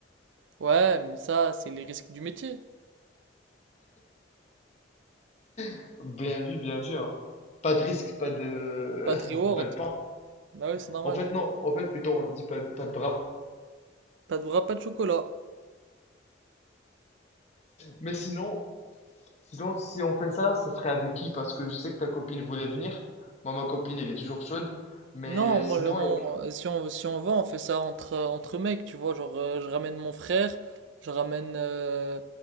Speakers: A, on the right (about 80°); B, on the left (about 35°).
A: Ouais, mais ça, c'est les risques du métier.
B: hein. Bien vu, bien vu, hein. Pas de risque, pas de,
A: Pas de
B: <laughs>
A: reward.
B: pas de pain.
A: Bah ouais, c'est normal.
B: En fait, non. En fait, plutôt, on dit pas de, pas de bras.
A: Pas de bras, pas de chocolat.
B: Mais sinon, Sinon, si on fait ça, ça serait avec qui? Parce que je sais que ta copine voulait venir. Moi, ma copine, elle est toujours chaude. Mais
A: Non,
B: sinon,
A: moi, je, mon-
B: elle-
A: si on, si on va, on fait ça entre, euh, entre mecs, tu vois. Genre, euh, je ramène mon frère, je ramène, euh,